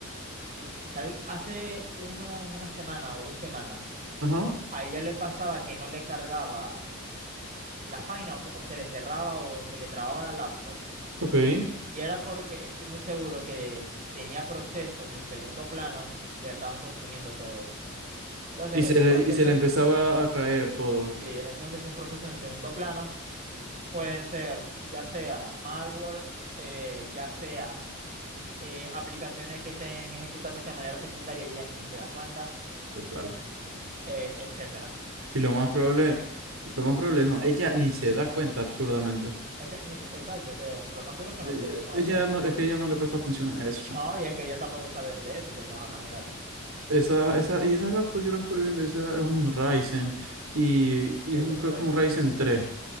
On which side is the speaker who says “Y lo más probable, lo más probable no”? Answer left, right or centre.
Right